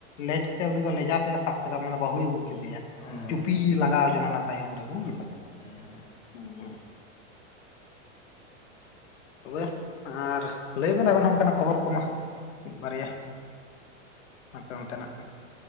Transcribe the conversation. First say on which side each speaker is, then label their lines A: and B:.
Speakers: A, on the left; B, on the left.
A: ᱞᱮᱡ ᱛᱮ ᱩᱱᱤ ᱫᱚ ᱞᱮᱡᱟ ᱛᱮᱫ ᱮ ᱥᱟᱵ ᱠᱮᱫᱟ᱾ ᱵᱟᱹᱦᱩᱭ ᱟᱹᱜᱩ ᱠᱮᱫᱮᱭᱟ
B: ᱦᱳᱭ
A: ᱪᱩᱯᱤ
B: ᱦᱳᱭ
A: ᱞᱟᱜᱟᱣ ᱡᱚ ᱚᱱᱟ ᱛᱟᱭᱚᱢ ᱨᱮ ᱵᱩ ᱠᱮᱫᱟᱵᱮᱱ᱾
B: ᱦᱳᱭ
A: ᱦᱮᱸ᱾ ᱛᱚᱵᱮ ᱟᱨ ᱞᱟᱹᱭ ᱵᱮᱱ ᱟᱵᱮᱱ ᱦᱚᱸᱼᱼ ᱠᱷᱚᱵᱚᱨ ᱠᱚᱢᱟᱼᱼ ᱢᱤᱫ ᱵᱟᱨᱭᱟ᱾ ᱟᱯᱮ ᱚᱱᱛᱮᱱᱟᱜ